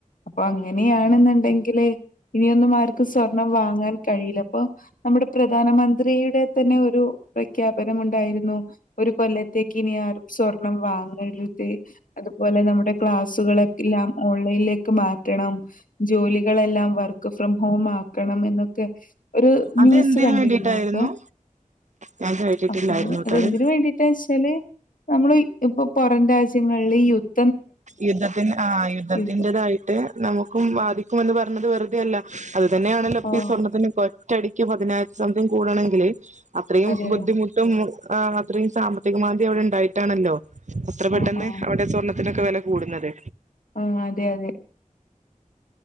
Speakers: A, on the left; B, on the right.
A: അപ്പോ അങ്ങനെയാണെന്നുണ്ടെങ്കില് ഇനിയൊന്നും ആർക്കും സ്വർണം വാങ്ങാൻ കഴിയില്ല അപ്പൊ നമ്മുടെ പ്രധാനമന്ത്രിയുടെ തന്നെ ഒരു പ്രഖ്യാപന മുണ്ടായിരുന്നു ഒരു കൊല്ലത്തേക്ക് ഇനി ആരും സ്വർണം വാങ്ങരുത് അതുപോലെ നമ്മുടെ ക്ലാസ്സുകള് ക്കെല്ലാം ഓൺലൈനിലേക്ക് മാറ്റണം ജോലികളെല്ലാം വർക്ക് ഫ്രം ഹോം ആക്കണം എന്നൊക്കെ ഒരു
B: അതെന്തിന്
A: ന്യൂസ് കണ്ടിരുന്നു
B: വേണ്ടിട്ടായിരുന്നു
A: അപ്പോ
B: ഞാൻ കേട്ടിട്ടില്ലായിരുന്നു
A: അപ്പോ
B: കേട്ടോ
A: അതെന്തിന്
B: അത്
A: വേണ്ടി എന്താന്ന് വെച്ചാല് നമ്മള് ഇപ്പൊ പുറം രാജ്യങ്ങളില് ഈ യുദ്ധ
B: യുദ്ധത്തിന് ആഹ് യുദ്ധത്തിന്റെതായി
A: യുദ്ധം.
B: ട്ട് നമുക്കും ബാധിക്കുമെന്ന് പറഞ്ഞത് വെറുതെ അല്ല അത് തന്നെയാണല്ലോ ഇപ്പോ
A: ആഹ്
B: ഈ സ്വർണത്തിന് ഇപ്പോ ഒറ്റടി ക്ക് പതിനായിരം സംതിങ് കൂടണമെങ്കില് അത്രയും
A: അതെ അതെ
B: ബുദ്ധിമു ട്ടും ആഹ് അത്രയും സാമ്പത്തിക മാന്ദ്യം അവിടെ ഉണ്ടായിട്ടാണല്ലോ ഇത്ര പെട്ടെന്ന്
A: ആഹ് ആഹ്
B: അവിടെ സ്വർണത്തിനൊക്കെ വില കൂടുന്നത്
A: ആഹ് അതെ അതെ